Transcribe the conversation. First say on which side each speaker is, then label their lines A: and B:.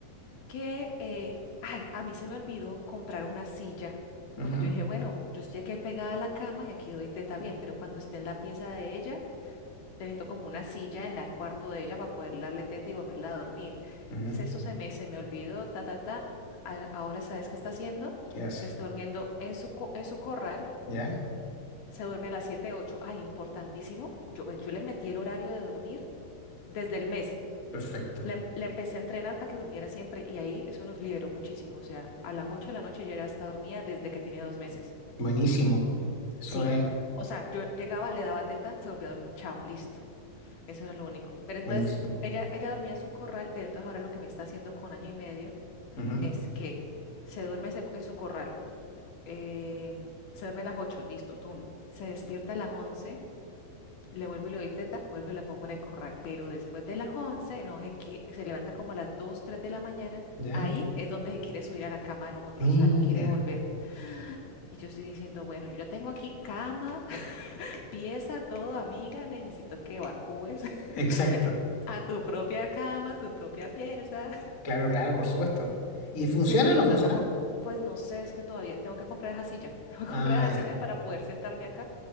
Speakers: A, on the left (about 65°); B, on the left (about 30°).
A: que, eh, ay, a mí se me olvidó comprar una silla,
B: Ujú,
A: porque yo dije, bueno, yo estoy aquí pegada a la cama y aquí doy teta bien, pero cuando esté en la pieza de ella, te necesito como una silla en el cuarto de ella para poder darle teta y volverla a dormir.
B: ujú.
A: Se- Eso se me, se me olvidó, ta, ta, ta. A- Ahora sabes qué está haciendo.
B: ¿Qué hace?
A: Está durmiendo en su, co- en su corral,
B: Ya,
A: se duerme a las 7 ocho Ay, importantísimo. Yo, yo le metí el horario de dormir desde el mes.
B: perfecto.
A: La, em- la empecé a entrenar para que durmiera siempre y ahí eso nos liberó muchísimo. O sea, a las 8 de la noche ya ya está dormida desde que tiene dos meses.
B: Buenísimo. Eso
A: Sí.
B: es
A: O sea, yo llegaba, le daba teta, se volvía a dormir. Chao, listo. Eso era lo único. Pero entonces,
B: buenísimo.
A: ella, ella dormía en su corral, pero entonces ahora lo que me está haciendo con año y medio
B: Ujú,
A: es que se duerme en, se- en su corral. eh, se duerme a las 8 listo, tum. Se despierta a las once Le vuelvo y le doy teta, vuelvo y la pongo en el corral. Pero después de las 11, no se, qui- se levanta como a las 2 3 de la mañana.
B: ya,
A: Ahí es donde se quiere subir a la cama de nosotros,
B: mira,
A: o sea, no quiere volver. Y yo estoy diciendo, bueno, yo ya tengo aquí cama, <laughs> pieza, todo, amiga, necesito que evacúes <laughs>
B: exacto.
A: a tu propia cama, tu propia pieza.
B: Claro, claro, por supuesto. ¿Y funciona
A: Sí, porque
B: o no
A: yo
B: funciona?
A: tampoco, pues no sé, es que todavía tengo que comprar esa silla, <laughs> tengo que
B: Ah,
A: comprar esa
B: ya.
A: silla para poder sentarme acá.